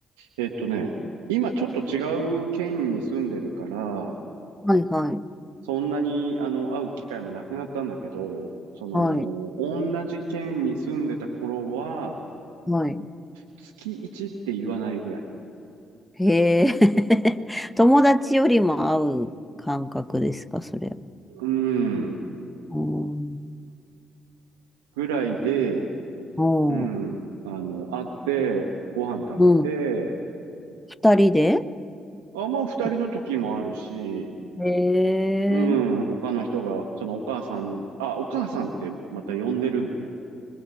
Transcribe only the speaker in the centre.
はいはい。
はい。
はい。
へえ。<laughs> 友達よりも会う感覚ですか、それ。
うん。
うん。
うん。二人で
とへえ。